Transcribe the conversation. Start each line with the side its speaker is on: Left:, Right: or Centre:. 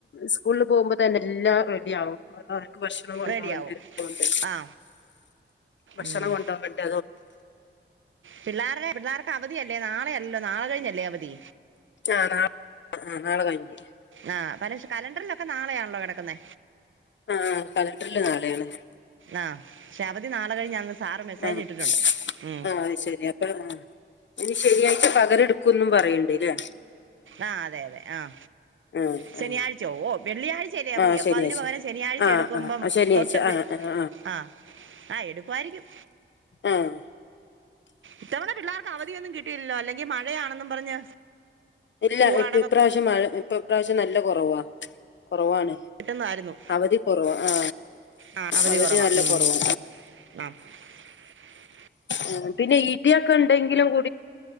Left: സ്കൂളിൽ പോകുമ്പോ തന്നെ എല്ലാം റെഡി ആവും. ഭക്ഷണം കൊണ്ടോവേണ്ടത്കൊണ്ട്
Right: റെഡിയാവും ആ
Left: ഭക്ഷണം
Right: ഉം.
Left: കൊണ്ടേവേണ്ട
Right: പിള്ളേരുടെ പിള്ളേർക്ക് അവധിയല്ലേ നാളെയല്ലോ നാളെ കഴിഞ്ഞല്ലേ അവധി.
Left: ആ നാളെ ആ നാളെ കഴിഞ്ഞേ
Right: ആ പല കലണ്ടറിലൊക്കെ നാളെയാണല്ലോ കിടക്കുന്നേ
Left: ആ കലണ്ടർല് നാളെയാണ്
Right: ആഹ പക്ഷെ അവധി നാളെ കഴിന്നാന്ന് സാറ് മെസ്സേജ്
Left: ആ
Right: ഇട്ടിട്ടുണ്ട് ഉം.
Left: ആഹ് അത് ശരി അപ്പൊ ആഹ് ഇനി ശനിയായ്ച്ച പകരെടുക്കുംന്നും പറയണ്ട് ല്ലേ
Right: ആഹ അതെ അതെ ആഹ
Left: ആഹ്
Right: ശനിയാഴ്ച്ചോ
Left: ആഹ്
Right: വെള്ളിയാഴ്ചയല്ലേ അവധി
Left: ആഹ്
Right: അപ്പൊ
Left: ശനിയാഴ്ച
Right: അതിന് പകരം ശനിയാഴ്ച
Left: ആഹ്
Right: എടുക്കുമ്പം
Left: ആഹ് ശനിയാഴ്ച
Right: തൊട്ട്
Left: ആഹ് ആഹ്
Right: ആ ആ എടുക്കുവായിരിക്കും.
Left: ആഹ
Right: ഇത്തവണ പിള്ളേർക്ക് അവധിയൊന്നും കിട്ടില്ലോ അല്ലെങ്കിൽ മഴയാണെന്നും പറഞ്ഞ് സ്കൂൾ
Left: ഇല്ല ഇപ്പ
Right: അടവൊക്കെ
Left: ഇപ്രാവശ്യം മഴ ഇപ്പൊ ഇപ്രാവശ്യം നല്ല കൊറവാ കുറവാണ്
Right: കിട്ടുന്നതായിരുന്നു
Left: അവധി കുറവാ ആ
Right: ആ അവധി
Left: അവര്
Right: കുറവാ
Left: നല്ല
Right: ഉം.
Left: കൊറവു
Right: ആ <inaudible>
Left: ആ പിന്നെ ഇടിയൊക്കെ ഇ ണ്ടെങ്കിലും